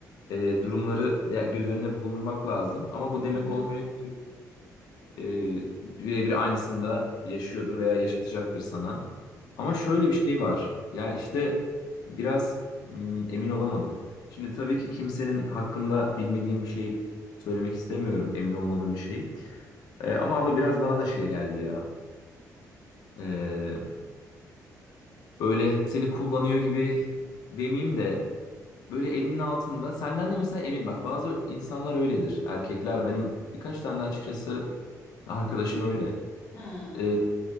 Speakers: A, on the left; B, on the left.
A: e, durumları de- göz önüne bulundurmak lazım. Ama bu demek
B: Hı hı.
A: olmuyor ki e, birebir aynısını da yaşıyordur veya yaşatacaktır sana. Ama
B: Evet.
A: şöyle bir şey var. Ya işte biraz hmm, emin olamadım. Şimdi tabii ki kimsenin hakkında bilmediğim bir şey söylemek istemiyorum. Emin olmadığım bir şey. E, ama abla biraz bana da şey geldi ya. E, böyle seni kullanıyor gibi demeyeyim de böyle elinin altında. Senden de mesela emin. Bak bazı insanlar öyledir. Erkekler benim birkaç tane de açıkçası arkadaşım öyle.
B: Hmm.
A: E,